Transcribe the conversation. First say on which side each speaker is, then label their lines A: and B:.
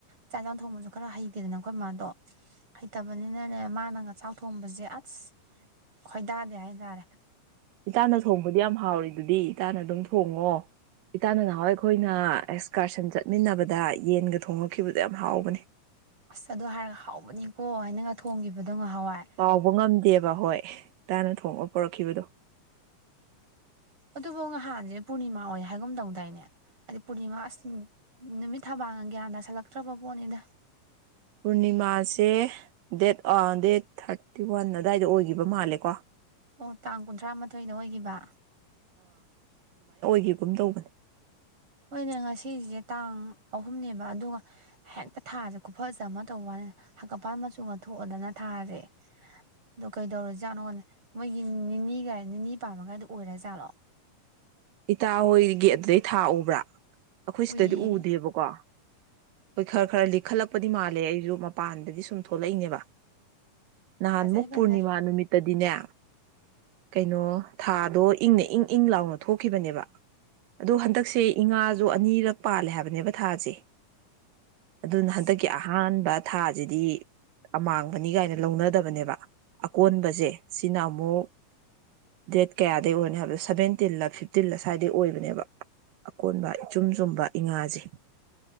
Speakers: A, on the right (about 40°); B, on the right (about 85°).
A: ꯆꯥꯛ ꯏꯟꯖꯥꯡ ꯊꯣꯡꯕꯁꯨ ꯈꯔ ꯍꯩꯇꯦꯗꯅ ꯑꯩꯈꯣꯏ ꯏꯃꯥꯟꯗꯣ ꯍꯩꯇꯕꯅꯤꯅꯅꯦ ꯃꯥꯅꯒ ꯆꯥꯛ ꯊꯣꯡꯕꯁꯦ ꯑꯁ ꯈꯣꯏꯗꯥ ꯗꯦ ꯍꯥꯏ ꯇꯥꯔꯦ
B: ꯏꯇꯥꯅ ꯊꯣꯡꯕꯗꯤ ꯌꯥꯝ ꯍꯥꯎꯔꯤ ꯗꯨꯗꯤ ꯏꯇꯥꯅ ꯑꯗꯨꯝ ꯊꯣꯡꯉꯣ ꯏꯇꯥꯅ ꯅꯍꯥꯟꯋꯥꯏ ꯑꯩꯈꯣꯏꯅ ꯑꯦꯛꯁꯀꯔꯁꯟ ꯆꯠꯃꯤꯟꯅꯕꯗ ꯌꯦꯟꯒ ꯊꯣꯡꯉꯛꯈꯤꯕꯗꯣ ꯌꯥꯝ ꯍꯥꯎꯕꯅꯦ
A: ꯑꯁ ꯑꯗꯨ ꯍꯥꯏꯔꯒ ꯍꯥꯎꯕꯅꯤꯀꯣ ꯑꯩꯅꯒ ꯊꯣꯡꯈꯤꯕꯗꯣ ꯉꯍꯥꯟꯋꯥꯏ
B: ꯀꯥꯎꯕ ꯉꯝꯗꯦꯕ ꯍꯣꯏ ꯏꯇꯥꯅ ꯊꯣꯡꯉ ꯄꯣꯔꯛꯈꯤꯕꯗꯣ
A: ꯑꯗꯨꯕꯨ ꯉꯍꯥꯟꯁꯦ ꯄꯨꯔꯅꯤꯃꯥ ꯑꯣꯏ ꯍꯥꯏꯒꯨꯝ ꯇꯧꯗꯥꯏꯅꯦ ꯍꯥꯏꯗꯤ ꯄꯨꯔꯅꯤꯃꯥ ꯑꯁ ꯅꯨꯃꯤꯠ ꯊꯕꯥꯟꯒ ꯒ꯭ꯌꯥꯟ ꯇꯁꯜꯂꯛꯇ꯭ꯔꯕ ꯄꯣꯠꯅꯤꯗ
B: ꯄꯨꯔꯅꯤꯃꯥꯁꯦ ꯗꯦꯠ ꯗꯦꯠ ꯊꯥꯔꯇꯤ ꯋꯥꯟ ꯑꯗꯨꯗꯥꯋꯥꯏꯗ ꯑꯣꯏꯈꯤꯕ ꯃꯥꯜꯂꯦꯀꯣ
A: ꯑꯣ ꯇꯥꯡ ꯀꯨꯟꯊ꯭ꯔꯥ ꯃꯥꯊꯣꯏꯗ ꯑꯣꯏꯈꯤꯕ
B: ꯑꯣꯏꯈꯤꯒꯨꯝ ꯇꯧꯕꯅꯤ
A: ꯍꯣꯏꯅꯦ ꯉꯁꯤꯁꯦ ꯇꯥꯡ ꯑꯍꯨꯝꯅꯦꯕ ꯑꯗꯨꯒ ꯍꯦꯛꯇ ꯊꯥꯁꯦ ꯈꯨꯐꯖꯃ ꯇꯧꯕꯋꯥꯅꯦ ꯍꯪꯒꯄꯥꯟ ꯃꯆꯨ ꯒ ꯊꯣꯛꯑꯗꯅ ꯊꯥꯁꯦ ꯑꯗꯨ ꯀꯩꯗꯧꯔꯖꯥꯠꯅꯣ ꯃꯣꯏꯒꯤ ꯅꯤꯅꯤꯒ ꯅꯤꯅꯤ ꯄꯥꯟꯕꯒꯥꯏꯗꯣ ꯑꯣꯏꯔ ꯖꯥꯠꯂꯣ
B: ꯏꯇꯥ ꯍꯣꯏ ꯒꯤ ꯑꯗꯨꯗꯩ ꯊꯥ ꯎꯕ꯭ꯔꯥ ꯑꯩꯈꯣꯏ
A: ꯎꯏꯌꯦ
B: ꯁꯤꯗꯗꯤ ꯎꯗꯦꯕꯀꯣ ꯍꯣꯏ ꯈꯔ ꯈꯔ ꯂꯤꯛꯈꯠꯂꯛꯄꯗꯤ ꯃꯥꯜꯂꯦ ꯑꯩꯁꯨ ꯃꯄꯥꯟꯗꯗꯤ ꯁꯨꯝ ꯊꯣꯛꯂꯛꯏꯅꯦꯕ ꯅꯍꯥꯟ
A: ꯐꯖꯩ
B: ꯃꯨꯛ
A: ꯐꯖꯩ
B: ꯄꯨꯔꯅꯤꯃꯥ ꯅꯨꯃꯤꯠꯇꯗꯤꯅꯦ ꯀꯩꯅꯣ ꯊꯥꯗꯣ ꯏꯪꯅ ꯏꯪ ꯏꯪ ꯂꯥꯎꯅ ꯊꯣꯛꯈꯤꯕꯅꯦꯕ ꯑꯗꯣ ꯍꯟꯗꯛꯁꯦ ꯏꯉꯥꯁꯨ ꯑꯅꯤꯔꯛ ꯄꯥꯜꯂꯦ ꯍꯥꯏꯕꯅꯦꯕ ꯊꯥꯁꯦ ꯑꯗꯨꯅ
A: ꯑꯁ
B: ꯍꯟꯗꯛꯀꯤ ꯑꯍꯥꯟ ꯊꯥꯁꯤꯗꯤ ꯑꯃꯥꯡꯕꯅꯤ ꯀꯥꯏꯅ ꯂꯧꯅꯗꯕꯅꯦꯕ ꯑꯀꯣꯟꯕꯁꯦ ꯁꯤꯅ ꯑꯃꯨꯛ ꯗꯦꯠ ꯀꯌꯥꯗꯩ ꯑꯣꯏꯅꯤ ꯍꯥꯏꯕꯗ ꯁꯕꯦꯟ ꯇꯤꯜꯂ ꯐꯤꯞꯇꯤꯟꯂ ꯁ꯭ꯋꯥꯏꯗꯩ ꯑꯣꯏꯕꯅꯦꯕ ꯑꯀꯣꯟꯕ ꯏꯆꯨꯝ ꯆꯨꯝꯕ ꯏꯉꯥꯁꯦ